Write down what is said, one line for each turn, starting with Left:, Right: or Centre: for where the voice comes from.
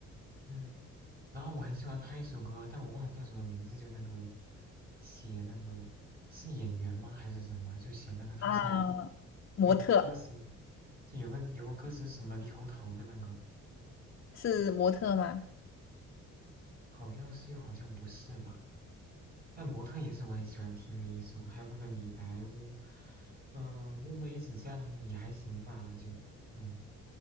Right: 嗯，然后我很喜欢他一首歌，但我忘了叫什么名字，就那个写那个是演员吗还是什么？就写那个他是一个
Left: 啊，模特。
Right: 就歌词，就有个有个歌词是什么猕猴桃的那个，
Left: 是模特吗？
Right: 好像是又好像不是吧？但模特也是我很喜欢听的一首，还有那个李白乌，嗯、乌梅子酱也还行吧，就嗯。